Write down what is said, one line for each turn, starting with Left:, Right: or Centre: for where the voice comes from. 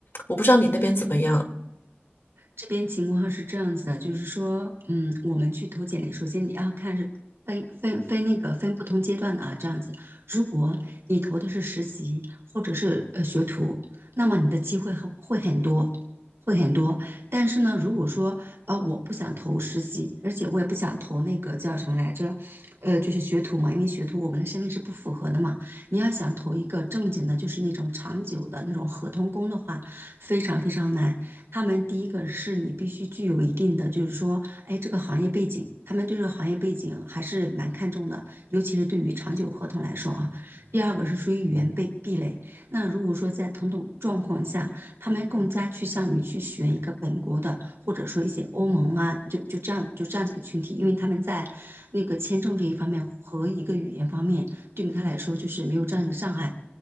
Left: 我不知道你那边怎么样。
Right: 这边情况是这样子的，就是说，嗯，我们去投简历，首先你要看是分分分那个分不同阶段的啊，这样子。如果你投的是实习或者是呃学徒，那么你的机会很会很多，会很多。但是呢，如果说呃我不想投实习，而且我也不想投那个叫什么来着，呃，就是学徒嘛，因为学徒我们的身份是不符合的嘛。你要想投一个正经的，就是那种长久的那种合同工的话，非常非常难。他们第一个是你必须具有一定的，就是说，哎，这个行业背景，他们对这个行业背景还是蛮看重的，尤其是对于长久合同来说啊。第二个是属于语言被壁垒，那如果说在同等状况下，他们更加趋向于去选一个本国的，或者说一些欧盟啊，就就这样就这样子一个群体，因为他们在那个签证这一方面和一个语言方面，对于他来说就是没有这样一个障碍。